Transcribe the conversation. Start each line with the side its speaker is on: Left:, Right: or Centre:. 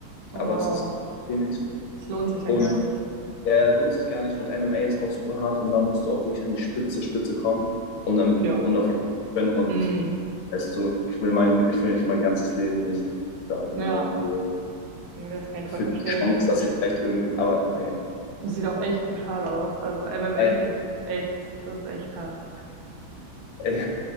Right: Oh,
Left: aber
Right: wow.
Left: es ist wenig.
Right: Es lohnt sich dann
Left: Und
Right: gar nicht.
Left: er lohnt sich gar nicht. Und MMA ist auch super hart und da musst du auch wirklich an die Spitze, Spitze kommen, um damit,
Right: Jo.
Left: um davon zu können. Und
Right: Hm,
Left: weißt du, ich will mein, ich will nicht mein ganzes Leben nicht da irgendwie
Right: ja,
Left: hauen für
Right: nee, das kann ich
Left: für
Right: voll verstehen.
Left: die Chance, dass ich vielleicht irgendwann, aber nee.
Right: Das sieht auch echt brutal aus. Also MMA
Left: Äh,
Right: finde ich echt, das ist echt hart.
Left: äh,